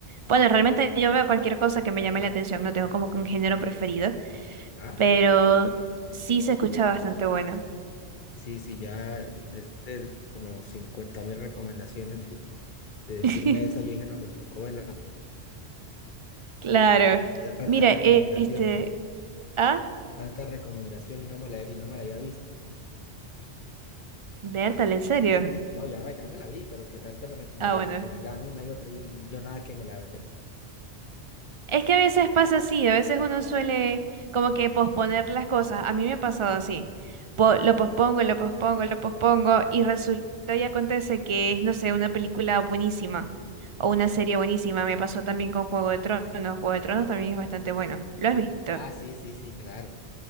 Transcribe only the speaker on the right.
Bueno, realmente yo veo cualquier cosa que me llame la atención, no tengo como que un género preferido,
pero sí se escucha bastante bueno.
<laughs>
Claro.
Mira,
eh, este, ah,
Bertal, ¿en serio?
Ah,
bueno.
Es que a veces pasa así, a veces uno suele como que posponer las cosas. A mí me ha pasado así. po- lo pospongo, lo pospongo, lo pospongo y resulta y acontece que es, no sé, una película buenísima o una serie buenísima. Me pasó también con Juego de Tronos. Juego de Tronos también es bastante bueno. ¿Lo has visto?